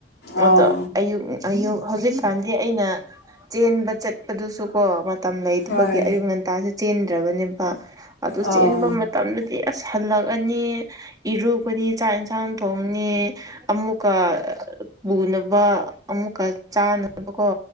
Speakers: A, on the left; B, on the right.
A: ꯑꯣ
B: ꯑꯗꯣ ꯑꯌꯨꯛ ꯑꯌꯨꯛ ꯍꯧꯖꯤꯛꯀꯥꯟꯗꯤ ꯑꯩꯅ ꯆꯦꯟꯕ ꯆꯠꯄꯗꯨꯁꯨ ꯀꯣ ꯃꯇꯝ ꯂꯩꯇꯕꯒꯤ
A: ꯍꯣꯏ
B: ꯑꯌꯨꯛ ꯉꯟꯇꯥꯁꯦ ꯆꯦꯟꯗ꯭ꯔꯕꯅꯦꯕ ꯑꯗꯨ
A: ꯑꯣ
B: ꯆꯦꯟꯕ ꯃꯇꯝꯗꯨ ꯁꯤ ꯑꯁ ꯍꯜꯂꯛꯑꯅꯤ ꯏꯔꯨꯀꯅꯤ ꯆꯥꯛ ꯏꯟꯁꯥꯡ ꯊꯣꯡꯅꯤ ꯑꯃꯨꯛꯀ ꯄꯨꯅꯕ ꯑꯃꯨꯛꯀ ꯆꯥꯅꯕꯀꯣ